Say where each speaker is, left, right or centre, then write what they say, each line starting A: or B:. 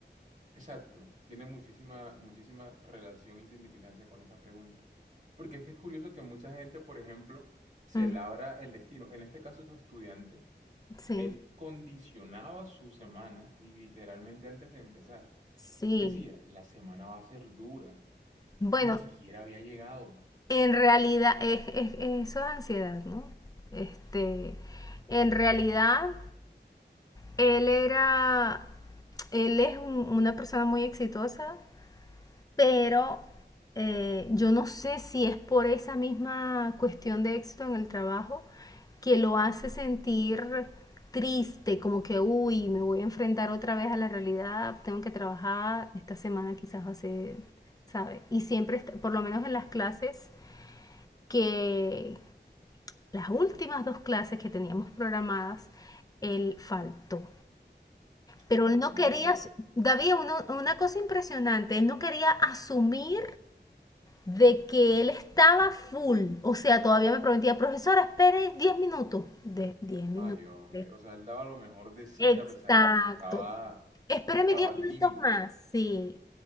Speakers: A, on the right; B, on the left.
A: Exacto, tiene muchísima, muchísima relación y significancia con esa pregunta. Porque es que es curioso que mucha gente, por ejemplo, se
B: Ujú.
A: labra el destino. En este caso, tu estudiante,
B: Sí,
A: él condicionaba su semana literalmente antes de empezar.
B: sí.
A: Él decía, la semana va a ser dura
B: Bueno,
A: y ni siquiera había llegado.
B: en realidad es, es- es- eso es ansiedad, ¿no? Este, en realidad él era, él es un- una persona muy exitosa, pero eh, yo no sé si es por esa misma cuestión de éxito en el trabajo que lo hace sentir triste, como que, uy, me voy a enfrentar otra vez a la realidad, tengo que trabajar, esta semana quizás va a ser, ¿sabe? Y siempre, está- por lo menos en las clases que, las últimas dos clases que teníamos programadas, él faltó. Pero
A: Entiendo.
B: él no quería, David, uno- una cosa impresionante, él no quería asumir de que él estaba full. O sea, todavía me prometía, profesora, espere 10 minutos. De 10 minutos.
A: Ay, hombre,
B: sí.
A: o sea, él daba lo mejor de sí
B: Exacto.
A: a pesar de que estaba,
B: Espéreme
A: estaba
B: 10
A: al
B: minutos
A: límite.
B: más. Sí,